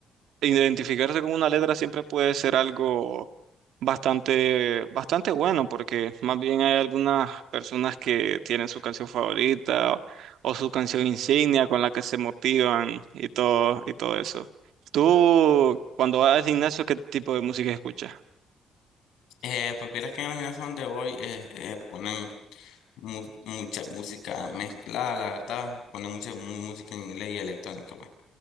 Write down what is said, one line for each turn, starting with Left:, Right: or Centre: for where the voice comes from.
Right: Identificarse con una letra siempre puede ser algo bastante, bastante bueno, porque más bien hay algunas personas que tienen su canción favorita o, o su canción insignia con la que se motivan y todo, y todo eso. Tú, cuando vas al gimnasio, ¿qué tipo de música escuchas?
Left: Eh, pues vieras que en la gimnasia donde voy eh, eh, ponen mu- mucha música mezclada, la verdad. Ponen mucha mu- música en inglés y electrónica, pues.